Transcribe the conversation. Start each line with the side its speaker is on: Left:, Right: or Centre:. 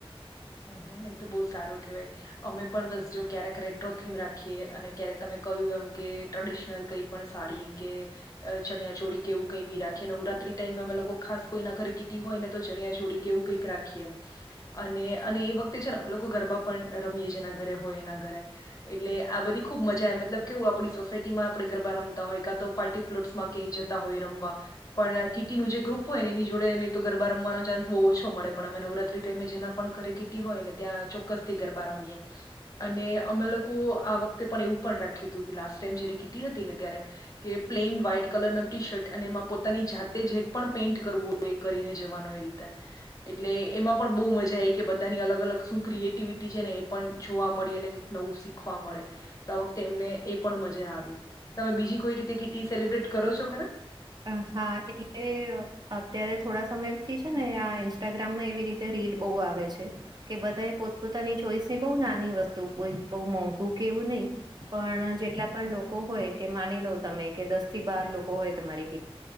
Left: હમ હમ એ તો બહુ સારું કેવાય અમે પણ બસ જો ક્યારેક રેટ્રોથીમ રાખીએ અને ક્યારેક તમે કહ્યું એમ કે ટ્રેડિશનલ કઈ પણ સાડી કે ચણિયાચોળ કેવું કંઈ બી રાખે નવરાત્રી ટાઈમમાં અમે લોકો ખાસ કોઈના ઘરે કીટી હોય ને તો ચણિયાચોળ કેવું કઈક રાખીએ અને અને એ વખતે છે ને અમે લોકો ગરબા પણ રમીએ જેના ઘરે હોય એના ઘરે એટલે આ બધી ખુબ મજા મતલબ કેવું આપણી સોસાયટીમાં આપણે ગરબા રમતા હોય કા તો પાર્ટી અટમાં ક્યાય જતા હોય રમવા પણ કીટી નનું જે ગ્રુપ હોય ને એની જોડે ની તો ગરબા રમવાનો ચાન્સ બહુ ઓછો મળે પણ અમે નવરાત્રી ટાઈમે જેના પણ ઘરે કીટી હોય ને ત્યાં ચોક્કસ થી ગરબા રમીએ અને અમે લોકો આ વખતે પણ એવું પણ રાખ્યું હતું લાસ્ટ ટાઈમ જારે કીટી હતી ને ત્યારે કે પ્લેઈન વ્હાઈટ કલર ન ટી શર્ટ અને એમાં પોતાની જાતે જેક પણ પેઇન્ટ કરવું કરીને જવાનું એ રીતે એટલે એમાં પણ બહુ મજા આવી કે બધાની અલગ અલગ શું ક્રિએટિવિટી છે ને એ પણ જોવા મળે અનેઈક નવું શીખવા મળે તો આ વખતે એમને એ પણ મજા આવી તમે બીજી કોઈ રીતે કીટી સેલિબ્રેટ કરો છો ખરા
Right: અ હા એટલે અત્યારે થોડા સમય થી છે ને આ ઇન્સ્ટાગ્રામમાં એવી રીતે રીલ બહુ આવે છે કે બધા એ પોતપોતાની ચોઈસ ની બહુ નાની વસ્તુ કોઈ બહુ મોંઘું કે એવું નહીિ પણ જેટલા પણ લોકો હોય કે માની લો તમે કે દસ થી બાર લોકો હોય તમારી